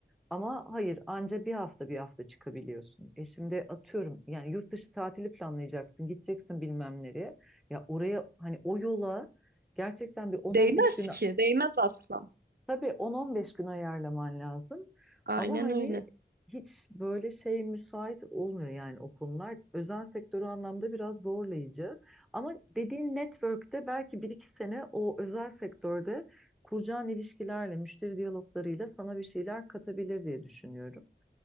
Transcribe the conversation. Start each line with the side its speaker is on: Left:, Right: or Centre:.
Centre: Ama hayır anca bir hafta bir hafta çıkabiliyorsun. E şimdi atıyorum yani yurt dışı tatili planlayacaksın gideceksin bilmem nereye. Ya oraya hani o yola gerçekten bir 10-15
Right: Değmez
Centre: gün
Right: ki. Değmez asla.
Centre: tabii 10-15 gün ayarlaman lazım.
Right: Aynen
Centre: Ama hani
Right: öyle.
Centre: hiç böyle şey müsait olmuyor yani o konular. Özel sektörü anlamda biraz zorlayıcı. Ama dediğin network'te belki bir iki sene o özel sektörde kuracağın ilişkilerle, müşteri diyaloglarıyla sana bir şeyler katabilir diye düşünüyorum.